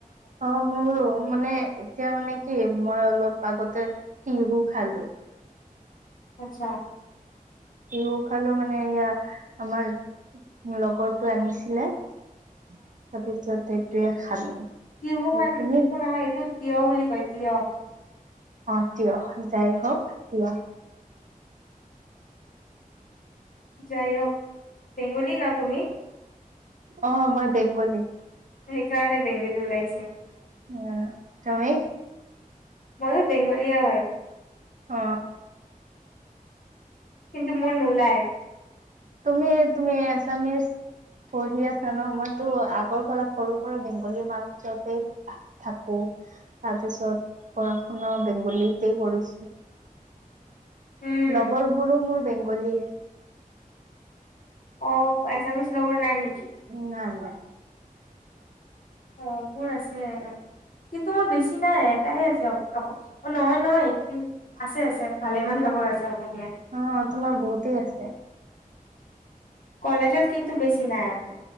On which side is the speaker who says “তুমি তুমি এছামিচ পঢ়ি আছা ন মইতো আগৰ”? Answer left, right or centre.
Right